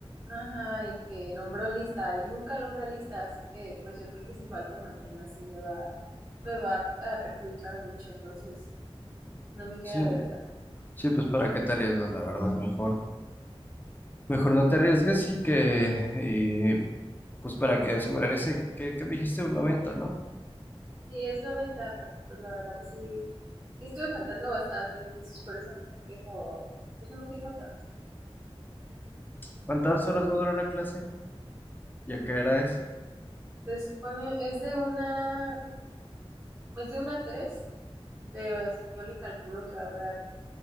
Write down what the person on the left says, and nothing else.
Sí, no-
sí, pues para qué te arriesgas, la verdad, mejor. Mejor no te arriesgues
y que, y, pues para que asegurar ese, que, que dijiste un 90, ¿no?
¿Cuántas horas va a durar la clase? ¿Y a qué hora es?